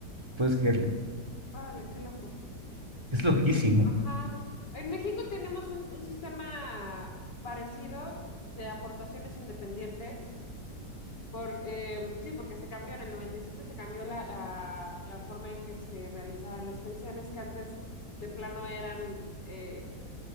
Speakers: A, on the right; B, on the left.
A: Puedes creerlo.
B: Órale, qué loco.
A: Es loquísimo.
B: Pues, ajá. En México tenemos un, un sistema parecido de aportaciones independientes. Por, eh, sí, porque se cambió en el 97 se cambió la, la, la forma en que se realizaban las pensiones, que antes de plano eran, eh,